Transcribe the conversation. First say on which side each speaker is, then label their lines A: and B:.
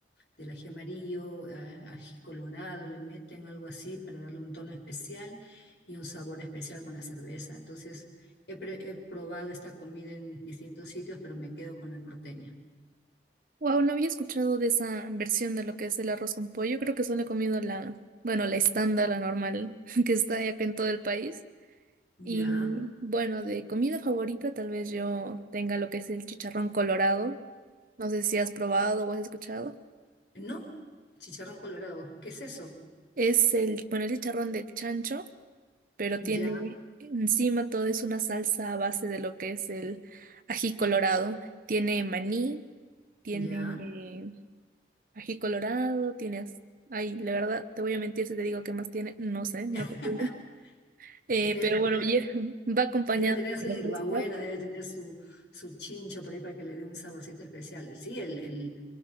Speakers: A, on the left; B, on the right.
A: del ají amarillo, a- ají colorado, le meten algo así para darle un tono especial y un sabor especial con la cerveza. Entonces, he, pre- he probado esta comida en distintos sitios, pero me quedo con la norteña.
B: Wow, no había escuchado de esa versión de lo que es el arroz con pollo. Creo que solo he comido la, bueno, la estándar, la normal, <laughs> que está acá en todo el país.
A: Ya,
B: Y bueno, de comida favorita tal vez yo tenga lo que es el chicharrón colorado. No sé si has probado o has escuchado.
A: no, chicharrón colorado, ¿qué es eso?
B: Es el, bueno, el chicharrón de chancho, pero tiene
A: Ya,
B: encima todo es una salsa a base de lo que es el ají colorado. Tiene maní, tiene
A: ya.
B: ají colorado, tienes... Ay, la verdad, te voy a mentir si te digo qué más tiene. No sé, no.
A: <laughs>
B: cocino.
A: Debe,
B: Eh, pero
A: debe-
B: bueno, y- <laughs> va acompañado
A: debe tener su
B: de
A: hierbabuena,
B: los
A: debe tener su, su chincho por ahí para que le dé un saborcito especial. Sí, el, el,